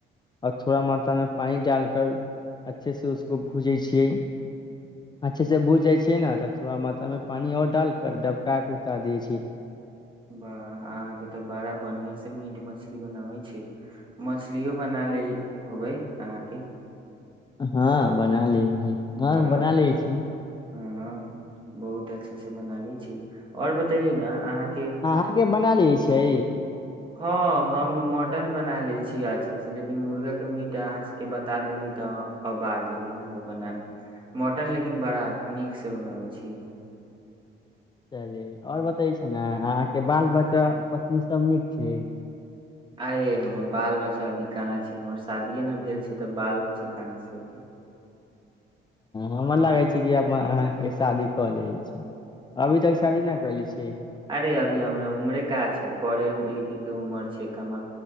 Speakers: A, on the left (about 20°); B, on the right (about 25°).
A: आर थोड़ा मात्रा मे पानी डाल कर अच्छे से उसको भूजै छियै अच्छे से भूज जाइ छियै ने तऽ थोड़ा मात्रा मे पानी और डाल कर डबका के उतार दै छै
B: वाह अहाँके तऽ बड़ा बढ़ियां से मीट मछली बनाबै छी मछलियो बना लए होबै अहाँके
A: हँ बना ली हँ
B: वाह
A: बना लेै छी
B: हँ बहुत अच्छा से बनाबै छी और बताइये ने अहाँ
A: अहाँके बना लै छै
B: हँ हम मटन बना लैत छियै अच्छासँ लेकिन मुर्गाके मीट अहाँ सभके बता देली तऽ अब आ गेली हमरो बनाल मटन लेकिन बड़ा नीकसँ बनाबैत छी हम
A: चली आओर बतै छी ने अहाँके बाल बच्चा पत्नी सभ नीक छै
B: अरे हमर बाल बच्चा अभी कहाँ छै हमर शादीे ने भेल छै तऽ बाल बच्चा कहाँ से एतै
A: हमर लागै छै कि हम अहाँके शादी कऽ ल छै अभी तक शादी न करले छी
B: अरे अभी हमर उमरे का छै पढ़े लिखे के उमर छै कमा